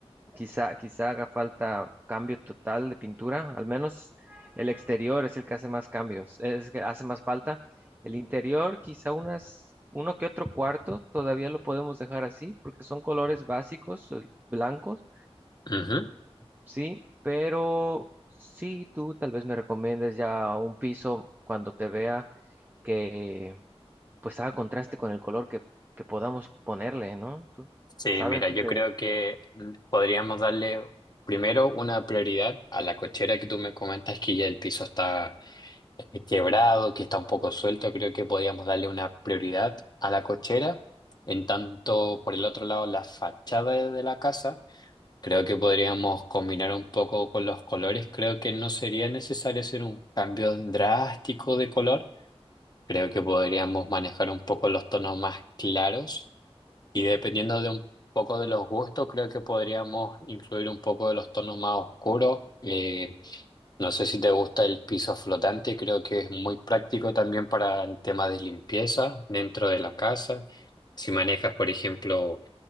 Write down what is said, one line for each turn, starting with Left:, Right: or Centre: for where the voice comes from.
Right: Quizá, quizá haga falta cambio total de pintura, al menos el exterior es el que hace más cambios, es que hace más falta. El interior, quizá unas, uno que otro cuarto, todavía lo podemos dejar así, porque son colores básicos, eh, blancos,
Left: Ujú.
Right: sí, pero sí, tú tal vez me recomiendes ya un piso cuando te vea que pues haga contraste con el color que, que podamos ponerle, ¿no? Tú
Left: Sí,
Right: sabes
Left: mira,
Right: de,
Left: yo creo que mm, podríamos darle primero una prioridad a la cochera que tú me comentas que ya el piso está eh, quebrado, que está un poco suelto. Creo que podríamos darle una prioridad a la cochera. En tanto, por el otro lado, la fachada de de la casa, creo que podríamos combinar un poco con los colores. Creo que no sería necesario hacer un cambio drástico de color. Creo que podríamos manejar un poco los tonos más claros. Y dependiendo de un poco de los gustos, creo que podríamos incluir un poco de los tonos más oscuros. Eh, no sé si te gusta el piso flotante, creo que es muy práctico también para el tema de limpieza dentro de la casa. Si manejas, por ejemplo,